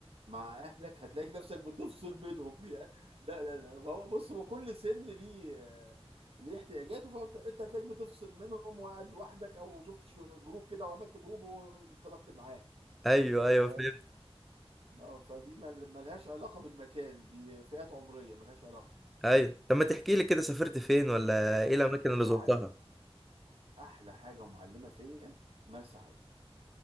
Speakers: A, on the right (about 65°); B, in the centre.
A: مع اهلك هتلاقي نفسك بتفصل بينهم يعني لا لا لا هو بص هو كل سن ليه آه، ليه احتياجاته فانت انت هتلاقيك بتفصل منهم وقاعد لوحدك او شفت شو- جروب كده وعملت جروب وانطلقت معاه
B: ايوه ايوه
A: ف
B: فهمت
A: اه فدي مل- ملهاش علاقة بالمكان دي فئات عمرية ملهاش علاقة
B: ايوه طب ما تحكي لي كده سافرت فين ولا ايه
A: مرسى
B: الاماكن اللي زرتها
A: علم احلى حاجة ومعلمة فيا مرسى علم